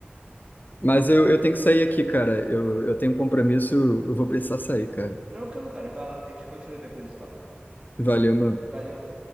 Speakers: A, on the right; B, on the left.
A: Uhum.
B: Mas eu, eu tenho que sair aqui, cara. Eu, eu tenho um compromisso, eu vou precisar sair, cara.
A: Tranquilo, cara. Vai lá. A gente continua depois desse papo.
B: Valeu, mano.
A: Valeu.